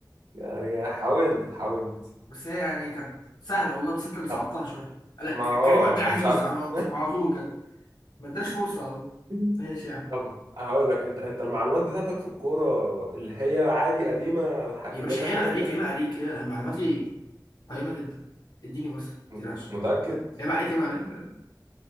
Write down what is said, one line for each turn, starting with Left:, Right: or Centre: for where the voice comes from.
Right: يعني حاولت حاولت
Left: بس هي يعني كانت سهله والله بس انت اللي صعبتها
Right: طب
Left: شويه قالك
Right: ما اه
Left: كريم عبد
Right: انا
Left: العزيز
Right: مش عارف
Left: على على طول كده ما اداش فرصه
Right: <laughs>
Left: ماشي يا عم
Right: طب هقول لك انت انت المعلومات بتاعتك في الكورة اللي هي عادي قديمة ح-
Left: يا
Right: اجيب
Left: باشا عيب
Right: لك حاجات
Left: عليك
Right: من
Left: عيب عليك يا معلوماتي قيمة جدا اديني بس ما
Right: مت-
Left: تقلقش
Right: متأكد
Left: عيب عليك عيب عليك عيب عليك.